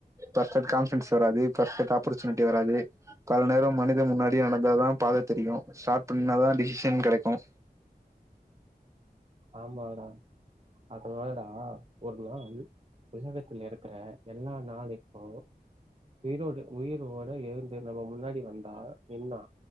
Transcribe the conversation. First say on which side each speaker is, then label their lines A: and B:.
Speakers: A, on the right; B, on the right.
A: பர்பெக்ட் கான்பிடன்ஸ் வராது பரஃபெக்ட் ஆப்பர்ச்சுனிட்டி வராது பல நேரம் மனித முன்னாடி நடந்தாதா பாத தெரியும் ஸ்டார்ட் பண்ணாதா டிசிஷன் கிடைக்கும்
B: ஆமாடா அதோட டா ஒரு நாள் உலகத்தில் இருக்கிற எல்லா நாளைக்கும் உயிரோடு உயிரோட இருந்து நம்ம முன்னாடி வந்தா நின்னா